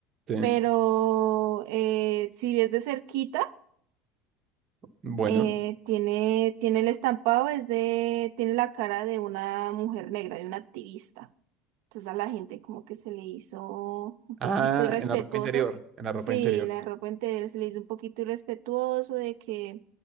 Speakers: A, on the right; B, on the right.
A: Sí.
B: Pero eh, si ves de cerquita.
A: Bueno.
B: Eh, tiene, tiene el estampado, es de, tiene la cara de una mujer negra, de una activista. Entonces a la gente como que se le hizo un poquito
A: Ah,
B: irrespetuoso.
A: en la ropa interior.
B: que-
A: En la ropa
B: Sí,
A: interior.
B: la ropa entera se le hizo un poquito irrespetuoso de que,